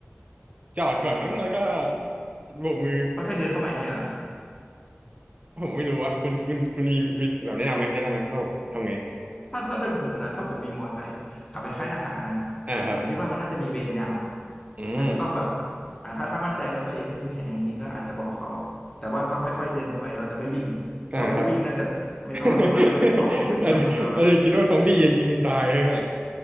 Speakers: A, on the right; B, on the left.
A: จอดก่อนมั้งแล้วก็โบกมือ
B: ค่อยๆเดินเข้าไปอย่างเงี้ยเหรอ
A: ผมไม่รู้วะคุณคุณคุณมีวิธีแบบแนะนำไหมแนะนำไหมว่าผมทำไง
B: ถ้าถ้าเป็นผมนะถ้าผมมีมอเตอร์ไซค์ขับไปค่ายทหารนะ
A: อ่าครับ
B: ผมคิดว่ามันน่าจะมีเวรยาม
A: อืม
B: อาจจะต้องแบบอ่าถ้าถ้ามั่นใจว่าตัวเองไม่มีแผลจริงๆก็อาจจะบอกเขาแต่ว่าต้องค่อยๆเดินเข้าไปเราจะไม่วิ่ง
A: อ่าครับ
B: ถ้าถ้าวิ่งน่าจะไม่รอดเพราะว่าเขาคงตื่นตระหนกเหมือนเรา
A: <laughs> อาจจะอาจจะคิดว่าซอมบี้จะยิงตายใช่ไหม
B: เออ